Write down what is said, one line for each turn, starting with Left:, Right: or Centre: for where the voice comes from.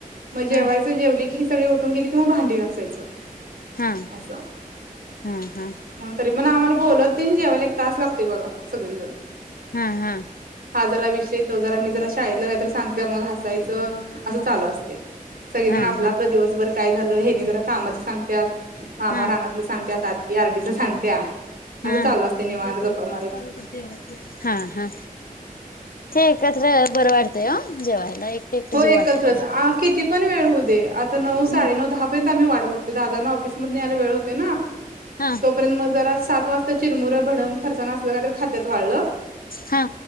Right: मग जेवायचं.
Left: हा
Right: जेवली की, ही सगळी उठून गेली की, मग भांडी घासायच.
Left: हा
Right: असं.
Left: हा हा
Right: तरी पण आम्हाला बोलत ते न जेवायला एक तास लागतय बघा, सगळीजण.
Left: हा हा
Right: हा जरा विषय तो जरा मी जरा शाळेतला काहीतरी सांगते मग हासायचं. असं चालू असते सगळेजण
Left: हा
Right: आपलं
Left: हा
Right: आपलं दिवसभर काय झालं हेनी जरा कामाचं सांगत्यात. मामा
Left: हा
Right: रानातलं सांगत्या आती आरडीच सांगत्या. अस
Left: हा
Right: चालू असतय निवांत
Left: ते बोलत
Right: गप्पा मारत.
Left: वाटत हा हा ते एकत्र बरं वाटतंय ह जेवायला एकट एकट
Right: हो एकत्रच
Left: जीव वाटत नाही.
Right: आ किती पण वेळ हो दे आता नऊ साडे
Left: हम्म
Right: नऊ दहा पर्यंत आम्ही वाट बघतो दादाांना ऑफिस मधन याला वेळ होतय ना.
Left: हा
Right: र्यंत म जरा सात वाजता चिरमुरं भडंग फरसाना असलं काय तर खात्यात वाळल.
Left: हा